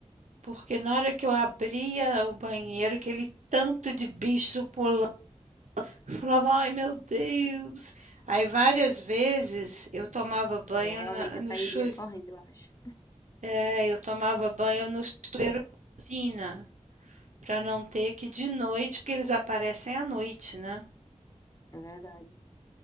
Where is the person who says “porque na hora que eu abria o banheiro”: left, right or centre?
Right